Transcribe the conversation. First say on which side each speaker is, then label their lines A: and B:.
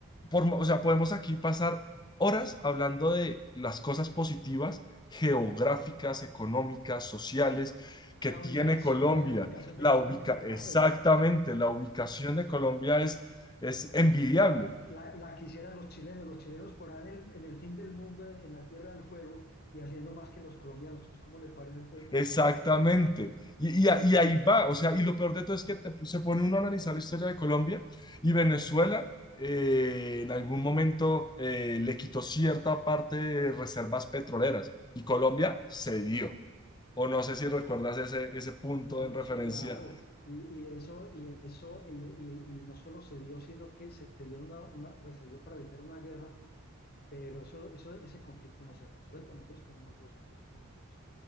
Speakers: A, on the left; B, on the left.
A: por, o sea, podemos aquí pasar horas hablando de las cosas positivas geográficas, económicas, sociales que
B: La
A: tiene
B: ubicación,
A: Colombia.
B: imagínate, la ubicación
A: La
B: de Colombia,
A: ubica,
B: <laughs>
A: exactamente,
B: Ave María.
A: la ubicación de Colombia es, es envidiable.
B: Se la, la, la quisieran los chilenos, los chilenos por ahí en el, en el fin del mundo, en la Tierra del Fuego, y haciendo más que los colombianos. ¿Cómo le parece, pues, mijo?
A: Exactamente.
B: <laughs> ¡Ja! Ave María.
A: Y, y a- y ahí va, o sea, y lo peor de todo es que te- se pone uno a analizar la historia de Colombia y Venezuela eh, en algún momento eh, le quitó cierta parte de reservas petroleras y Colombia cedió. O no sé si recuerdas ese, ese punto
B: No,
A: en referencia.
B: sí, claro. Y, y eso, y eso, y, y- y no solo se dio, sino que se dio una, una- pues, se dio para evitar una guerra, pero eso, eso, ese conflicto no se ha resuelto. Nosotros tenemos dos o tres puntos